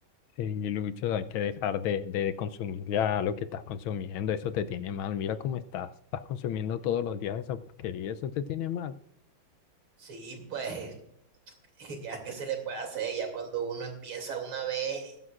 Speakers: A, on the left (about 75°); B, on the right (about 80°).
A: sí, Lucho, hay que dejar de, de consumir ya lo que estás consumiendo, eso te tiene mal, mira cómo estás, estás consumiendo todos los días esa porquería, eso te tiene mal.
B: Sí, pues, <laughs> ya que se le puede hacer, ya cuando uno empieza una vez,